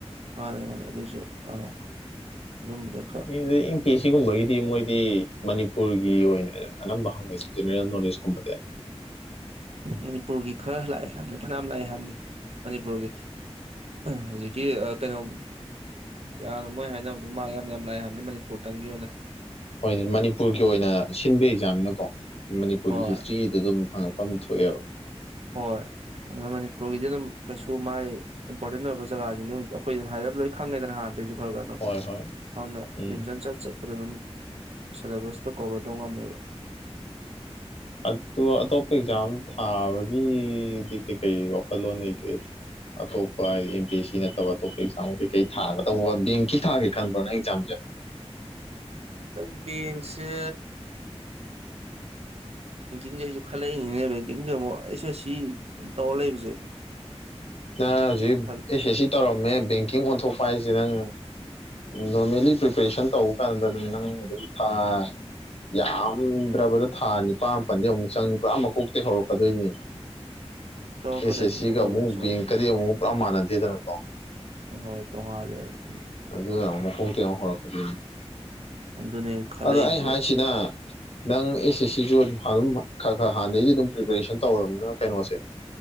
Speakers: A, on the right; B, on the left.
A: ꯃꯥꯅꯦ ꯃꯥꯅꯦ ꯑꯗꯨꯁꯨ ꯑꯥ ꯑꯗꯨꯝꯕꯗ ꯈꯔ
B: ꯎꯝꯗ ꯑꯦꯝ ꯄꯤ ꯑꯦꯁ ꯁꯤꯒꯨꯝꯕꯒꯤꯗꯤ ꯃꯣꯏꯗꯤ ꯃꯅꯤꯄꯨꯔꯒꯤ ꯑꯣꯏꯅ ꯑꯅꯝꯕ ꯍꯪꯉꯣꯏꯗ ꯅꯣꯂꯦꯖ ꯀꯨꯝꯕꯗ
A: ꯃꯅꯤꯄꯨꯔꯒꯤ ꯈꯔ ꯂꯥꯛꯑꯦ ꯍꯥꯏꯕꯅꯤ ꯐꯅꯌꯥꯝ ꯂꯥꯛꯑꯦ ꯍꯥꯏꯕꯅꯤ ꯃꯅꯤꯄꯨꯔꯒꯤ ꯍꯧꯖꯤꯛꯀꯤ ꯀꯩꯅꯣ ꯀꯌꯥꯅꯣ ꯃꯣꯏ ꯍꯥꯏꯅꯕꯗꯣ ꯃꯥꯔꯛ ꯌꯥꯝ ꯌꯥꯝ ꯂꯥꯛꯑꯦ ꯍꯥꯏꯕꯅꯤ ꯃꯅꯤꯄꯨꯔꯗ ꯀꯪꯒꯤꯤꯣꯅꯦ
B: ꯍꯣꯏꯅꯦ ꯃꯅꯤꯄꯨꯔꯒꯤ ꯑꯣꯏꯅ ꯁꯤꯟꯕ ꯑꯦꯛꯖꯥꯝꯅꯀꯣ ꯃꯅꯤꯄꯨꯔꯒꯤ
A: ꯍꯣꯏ
B: ꯍꯤꯁꯇ꯭ꯔꯤꯗ ꯑꯗꯨꯝ ꯐꯪꯉꯛꯄ ꯑꯃ ꯊꯣꯛꯑꯦꯕ
A: ꯍꯣꯏ ꯑꯗꯨꯅ ꯃꯅꯤꯄꯨꯔꯒꯤꯗꯤ ꯑꯗꯨꯝ ꯀꯩꯁꯨ ꯃꯥꯏ ꯏꯝꯄꯣꯔꯇꯦꯟ ꯑꯣꯏꯕ ꯖꯒꯥꯅꯤꯗ ꯍꯧꯖꯤꯛ ꯑꯩꯈꯣꯏ ꯑꯗꯨꯝ ꯍꯥꯏꯔ ꯂꯣꯏ ꯈꯪꯉꯦꯗꯅ ꯍꯥꯟꯅꯗꯒꯤꯩꯁꯨ ꯈꯔꯒ ꯑꯗꯨꯝ
B: ꯍꯣꯏ ꯍꯣꯏ
A: ꯑꯗꯨꯅ
B: ꯎꯝ
A: ꯔꯤꯚꯤꯖꯟ ꯆꯠ ꯆꯠꯄꯗ ꯑꯗꯨꯝ ꯁꯤꯂꯕꯁꯇ ꯀꯕꯥ ꯣꯉꯥ ꯃꯦꯕ
B: ꯑ ꯑꯇꯣꯞꯄ ꯑꯦꯛꯖꯥꯝ ꯊꯥꯕꯒꯤꯗꯤ ꯀꯩꯀꯩ ꯋꯥꯈꯜꯂꯣꯟ ꯂꯩꯒꯦ ꯑꯇꯣꯞꯄ ꯍꯥꯏꯗꯤ ꯑꯦꯝ ꯕꯤ ꯑꯦꯁ ꯁꯤ ꯅꯠꯇꯕ ꯑꯇꯣꯞꯄ ꯑꯦꯛꯖꯥꯝ ꯀꯩ ꯀꯩ ꯊꯥꯒꯗꯧꯕ ꯕꯦꯡꯀꯤ ꯊꯥꯒꯦ ꯈꯟꯕ꯭ꯔꯥꯅ ꯑꯦꯛꯖꯥꯝꯁꯦ <unintelligible>
A: ꯍꯟꯗꯛ ꯕꯦꯡꯁꯦ ꯡꯁꯩꯁꯨ ꯈꯜꯂꯛꯏꯅꯤꯅꯦ ꯕꯀꯤꯡꯁꯦ ꯑꯃꯨꯛ ꯑꯩꯁꯦ ꯁꯤ ꯑꯗꯨꯝ ꯇꯧꯔ ꯂꯩꯕꯁꯦ
B: ꯅꯪ ꯍꯧꯖꯤꯛ
A: ꯈꯜ
B: ꯑꯦꯁ ꯑꯦꯁ ꯁꯤ ꯇꯧꯔꯝꯃꯦ ꯕꯦꯡꯀꯤꯡ ꯑꯣꯟꯊꯣꯛꯄ ꯍꯥꯏꯁꯦ ꯅꯪ ꯅꯣꯔꯃꯦꯜꯂꯤ ꯄ꯭ꯔꯤꯄꯦꯔꯦꯁꯟ ꯇꯧꯕ ꯀꯥꯟꯗ ꯑꯗꯨꯝ ꯅꯪ ꯑꯗꯨꯝ ꯊꯥꯏ ꯌꯥꯝꯗ꯭ꯔꯕꯗ ꯊꯥ ꯅꯤꯄꯥꯜ ꯃꯥꯄꯜꯗꯤ ꯑꯃꯨꯛ ꯆꯪꯅꯤ ꯄꯨꯔꯥ ꯃꯀꯣꯛꯇꯩ ꯍꯧꯔꯛꯀꯗꯣꯏꯅꯤ
A: ꯆꯥꯎꯔꯛꯀꯗꯣꯏꯅꯤꯅꯦ
B: ꯑꯦꯁꯦ ꯁꯤꯒ
A: ꯑꯗꯨꯕꯨꯗꯤ
B: ꯑꯃꯨꯛ
A: ꯆꯨꯝꯃꯦ
B: ꯕꯤꯡ ꯀꯔꯤ ꯑꯃꯨꯛ ꯄꯨꯔꯥ ꯃꯥꯟꯅꯗꯦꯗꯅꯀꯣ
A: ꯍꯣꯏ ꯇꯣꯡꯉꯥꯂꯦꯕ
B: ꯑꯗꯨ ꯑꯃꯨꯛ ꯍꯣꯡꯇꯤ ꯑꯃꯨꯛ ꯍꯧꯔꯛꯀꯗꯣꯏꯅꯤ
A: ꯑꯗꯨꯅꯦ ꯑꯩꯅ ꯈꯜꯂꯛꯏꯁꯦ
B: ꯑꯗ ꯑꯩ ꯍꯥꯏꯁꯤꯅ ꯅꯪ ꯑꯦꯁ ꯑꯦꯁ ꯁꯤꯁꯨ ꯑꯗꯨꯝ ꯑꯗꯨꯝ ꯈꯔ ꯈꯔ ꯍꯥꯟꯗꯩꯁꯨ ꯑꯗꯨꯝ ꯄ꯭ꯔꯤꯄꯦꯔꯦꯁꯟ ꯇꯧꯔꯕꯅꯤꯅ ꯀꯩꯅꯣꯁꯦ